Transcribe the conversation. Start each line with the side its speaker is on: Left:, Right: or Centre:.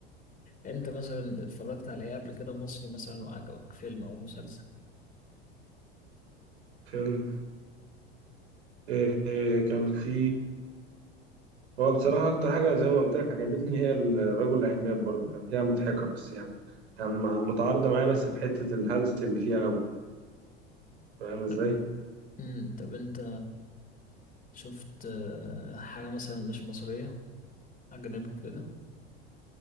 Left: أنت مثلا اتفرجت على إيه قبل كده مصري مثلا وعجبك فيلم أو مسلسل
Right: فيلم آه. آه، كان في هو بصراحة أكتر حاجة زي ما قلت لك عجبتني هي الرجل العناب برضه كان فيها مضحكة بس يعني كان مع- متعارضة معايا بس في حتة الهلس اللي فيها أوي فاهم إزاي؟
Left: طب امم طب انت شفت آه، حاجة مثلا مش مصرية أجنبي وكده